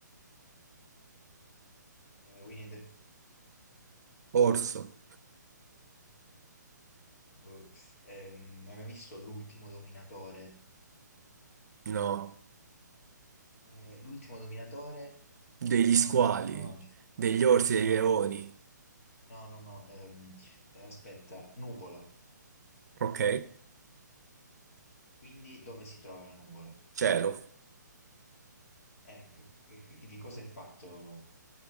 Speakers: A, on the left; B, on the right.
A: Eh, Winnie the Pooh.
B: Orso.
A: Boh. Ehm, hai mai visto L'ultimo Dominatore?
B: No.
A: Eh, L'ultimo Dominatore?
B: degli
A: No,
B: squali,
A: non la conosco.
B: degli orsi,
A: No,
B: dei leoni,
A: no. No, no, no. ehm, eh, aspetta, nuvola.
B: ok?
A: Quindi dove si trova la nuvola?
B: Cielo,
A: Eh, che- che- che- di cosa è fatto?